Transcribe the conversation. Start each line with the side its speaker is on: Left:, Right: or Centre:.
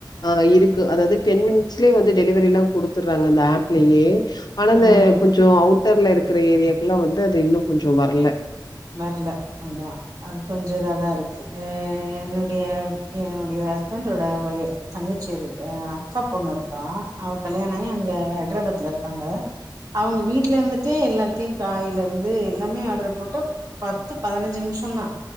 Left: ஆ இருக்கு அதாவ்து டென் மினிட்ஸ்லயே வந்து டெலிவரிலா குடுத்தட்றாங்க அந்த ஆப் லயே ஆனா இந்த
Right: ம்
Left: கொஞ்சோ அவுட்டர்ல இருக்கற ஏரியாக்குல்லா வந்து அது இன்னு கொஞ்சோ வர்ல
Right: வரல அதா அது கொஞ்ச இதாதா இருக்கு எ என்னுடைய என்னுடைய ஹஸ்பண்டோட ஒ தங்கச்சி இருக் அ அத்தப்பொண்ணு இருக்கா அவ கல்யாணாயி அங்க ஹைட்ராபாத்ல இருக்காங்க அவங்க வீட்லருந்துட்டே எல்லாத்தயு காய்லருந்து எல்லாமே ஆட்ரு போட்டு பத்து பதினஞ்சு நிம்ஷோ தா